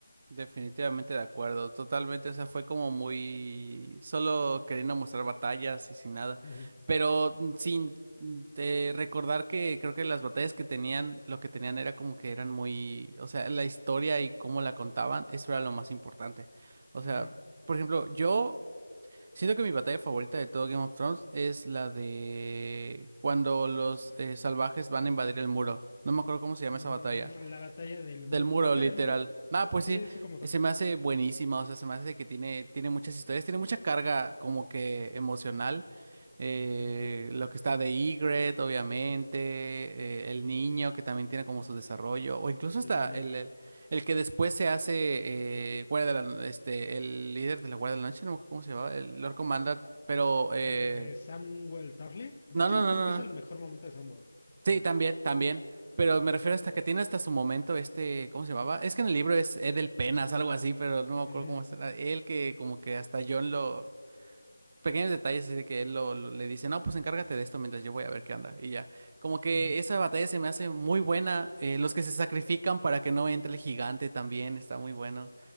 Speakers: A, on the right; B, on the left.
A: Definitivamente de acuerdo, totalmente, o sea, fue como muy solo queriendo mostrar batallas y sin nada,
B: Ujú,
A: pero mm, sin mm, eh, recordar que creo que las batallas que tenían, lo que tenían era como que eran muy, o sea, la historia y cómo la contaban, eso era lo más importante. O
B: ujú.
A: sea, por ejemplo, yo siento que mi batalla favorita de todo Game of Thrones es la de cuando los eh, salvajes van a invadir el muro. No me acuerdo cómo se
B: Mm,
A: llama esa batalla.
B: la batalla del
A: Del
B: muro,
A: muro,
B: la batalla
A: literal.
B: del muro.
A: Ah, pues
B: Sí,
A: sí,
B: sí, como tal.
A: se me hace buenísima, o sea, se me hace que tiene, tiene muchas historias, tiene mucha carga como que emocional. eh,
B: Sí,
A: lo que está de Ygritte, obviamente, eh, el niño que también tiene como su desarrollo, o incluso
B: el
A: hasta
B: Oliver.
A: el, el, el que después se hace eh, guardia de la- este, el líder de la Guardia de la Noche, no me acuerdo cómo se llamaba, el Lord Commander, pero eh,
B: Eh, Samwell Tarly. De
A: no,
B: hecho,
A: no, no,
B: creo
A: no,
B: que es
A: no.
B: el mejor momento de Samwell.
A: Sí,
B: ¿Cuál?
A: también, también. Pero me refiero hasta que tiene hasta su momento este, ¿cómo se llamaba? Es que en el libro es Edel Penas, algo así, pero no me acuerdo
B: Ujú,
A: cómo será. Él que como que hasta John lo... Pequeños detalles así de que él lo, lo- le dice, no, pues encárgate de esto mientras yo voy a ver qué onda. Y ya. Como que
B: ujú.
A: esa batalla se me hace muy buena. eh, los que se sacrifican para que no entre el gigante también está muy bueno.